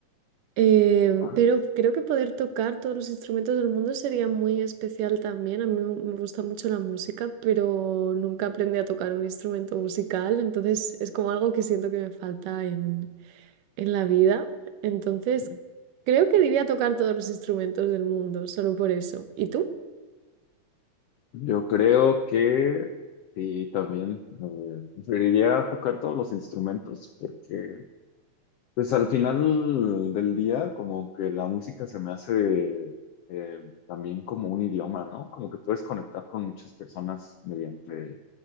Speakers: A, on the right; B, on the left.
A: eh,
B: Ah,
A: pero creo que poder tocar todos los instrumentos del mundo sería muy especial también. A mí me me gusta mucho la música, pero nunca aprendí a tocar un instrumento musical, entonces es como algo que siento que me falta en, en la vida. Entonces,
B: sí.
A: creo que diría tocar todos los instrumentos del mundo, solo por eso. ¿Y tú?
B: Yo creo que sí, también eh, preferiría tocar todos los instrumentos porque Pues al final del día, como que la música se me hace eh, también como un idioma, ¿no? Como que puedes conectar con muchas personas mediante